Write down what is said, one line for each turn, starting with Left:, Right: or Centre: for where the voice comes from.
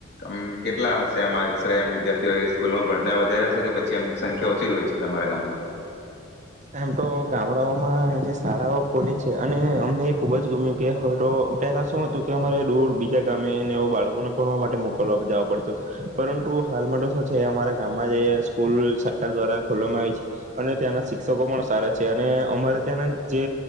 Left: અમ કેટલા હશે? એમ આશરે એમ વિદ્યાર્થીઓ સ્કૂલમાં ભણતા વધારે હશે. કે પછી એમ સંખ્યા ઓછી હોય છે તમારા ગામમાં?
Right: એમ તો ગામડાઓમાં જે શાળાઓ ખોલી છે. અને અમને એ ખુબ જ ગમ્યું. કે હવે તો પહેલા શું હતું કે અમારે દૂર બીજા ગામેને એવુ બાળકોને ભણવા માટે મોકલવા જાવા પડતું હતુ. પરંતુ હાલમાં તો શું છે અમારા ગામમાં જે સ્કૂલ સરકાર દ્વારા ખોલવામાં આવી છે અને ત્યાંના સી ક્ષકો પણ સારા છે. અને અમારે ત્યાંના જે